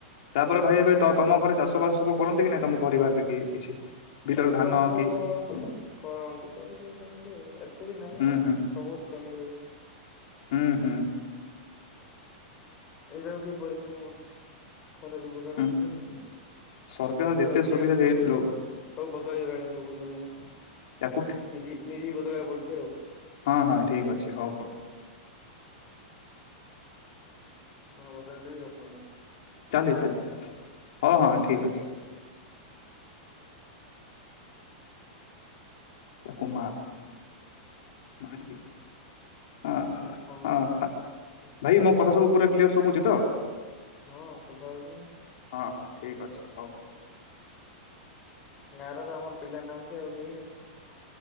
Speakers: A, on the left; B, on the left.
A: ତାପରେ ଭାଇ ଏବେ ତ ତମ ଘରେ ଚାଷ ବାସ ସବୁ କରନ୍ତି କି ନାଇଁ ତମ ପରିବାରରେ କେଇ କିଛି? ବିଲର
B: ଚାଷବାସ
A: ଧାନ କି
B: କରନ୍ତି କରନ୍ତି ସେମତି ଆଉ ଏତେ ବି ନାହିଁ
A: ହୁଁ
B: ଆଉ
A: ହୁଁ
B: ବହୁତ କମି ଯାଇଛି।
A: ହୁଁ ହୁଁ।
B: ଏବେ ଆଉ କିଏ ପରିଶ୍ରମ କରୁଛି। ଖରା ଯୋଉ ପ୍ରକାର
A: ହୁଁ
B: ହଉଡ଼ି।
A: ସରକାର ଯେତେ
B: ତ ଚେଞ୍ଜ
A: ସୁବିଧା ଦେଇ
B: ସବୁ
A: ଲୋ
B: ସବୁ ବଦଳିଗଲାଣି ସବୁ ଦୁନିଆ।
A: ୟାକୁ ଠେ-
B: ନିଜେ ନିଜେ ବଦଳବାକୁ ପଡୁଚି ଆଉ।
A: ହଁ ହଁ ଠିକ୍ ଅଛି ହଉ ହଉ।
B: ନା ବଦଳ ଦେଇ ହବନି।
A: ଚାଲି ଚାଲି ଆସ୍ ହଁ ହଁ ଠିକ ଅଛି। ତାକୁ ମାର୍ ମାରିଦେବି। ହଁ
B: ଆଉ କଣ
A: ହଁ
B: ହଁ
A: ଭାଇ ମୋ କଥା ସବୁ ପୁରା କ୍ଲିୟର ସବୁଚି ତ?
B: ହଁ ଶୋଭା ଉଛି।
A: ହଁ ହଁ ଠିକ୍ ଅଛି ହଉ।
B: ଗାଁରେ ତ ଆମର ପିଲା ନାହାନ୍ତି ଆଉ କେହି ଆଉ